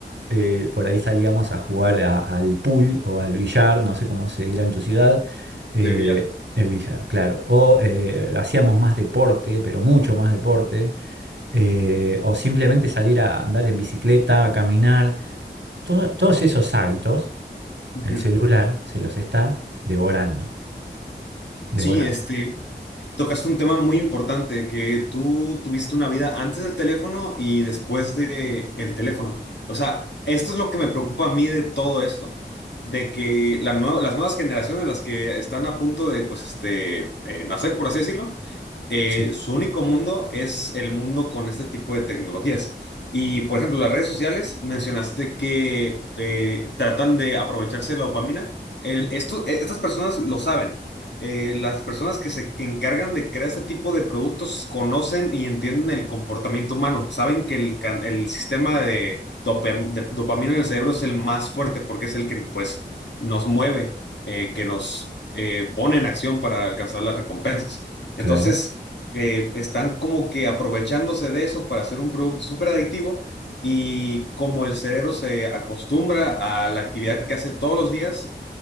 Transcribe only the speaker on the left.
de billar.
Ujú.
Sí, este, Tocaste un tema muy importante, que tú tuviste una vida antes del teléfono y después de el teléfono. O sea, esto es lo que me preocupa a mí de todo esto, de que la nue- las nuevas generaciones, las que están a punto de, pues, este, eh, nacer, por así decirlo, eh,
su único mundo es el mundo con este tipo de tecnologías. Y, por ejemplo, las redes sociales, mencionaste que eh, tratan de aprovecharse de la dopamina. El- esto- eh, estas personas lo saben. Eh, las personas que se encargan de crear este tipo de productos conocen y entienden el comportamiento humano. Saben que el, can- el sistema de, dopam- de dopamina en el cerebro es el más fuerte porque es el que, pues, nos mueve, eh, que nos eh, pone en acción para alcanzar las recompensas.
Entonces, eh, están como que aprovechándose de eso para hacer un producto súper adictivo y como el cerebro se acostumbra a la actividad que hace todos los días,